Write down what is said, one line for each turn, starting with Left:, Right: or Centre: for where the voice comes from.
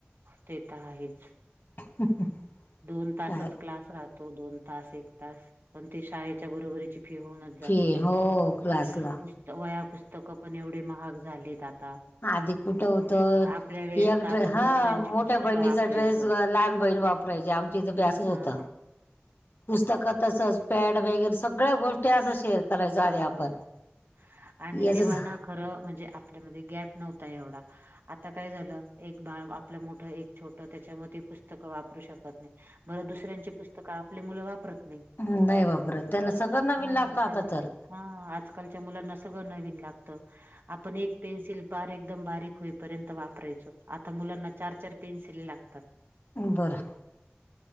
Right: ते तर आहेच.
Left: <inaudible>
Right: दोन तासच
Left: काय
Right: क्लास राहतो दोन तास एक तास. पण ती शाळेच्या बरोबरीची फी होऊनच जाते
Left: फी
Right: त्यांची,
Left: हो क्लासला
Right: पुस् वया पुस्तकं पण एवढे महाग झालेत आता.
Left: आधी कुठ होतत?
Right: आपल्या वेळेस
Left: एक
Right: तर आपण
Left: ड्रे हा
Right: दुसऱ्यांची
Left: मोठ्या
Right: पुस्तकं
Left: बहिणीचा
Right: वापरायचो
Left: ड्रेस लहान बहिण वाप रायची आमची इथं बी असच
Right: हा
Left: होत, पुस्तकं तसच पॅड वगैरे सगळ्या गोष्टी त्या अस शेअर करायचो
Right: हा
Left: आधी आपण,
Right: आणि
Left: याच
Right: तेव्हा
Left: झा
Right: ना खरं म्हणजे आपल्यामध्ये गॅप नव्हता एवढा. आता काय झालं एक बाळ आपलं मोठं एक छोटं त्याच्यामध्ये पुस्तकं वापरू शकत नाही. बरं दुसऱ्यांची पुस्तकं आपली मुलं वापरत. नाही
Left: हम्म नाही वापरत त्यांना सगळ नवीन
Right: हा
Left: लागत आता
Right: त्या
Left: तर.
Right: हा आजकालच्या मुलांना सगळं नवीन लागतं. आपण एक पेन्सिल पार एकदम बारीक होईपर्यंत वापरायचो आता मुलांना चार चार पेन्सिल लाग
Left: बरं.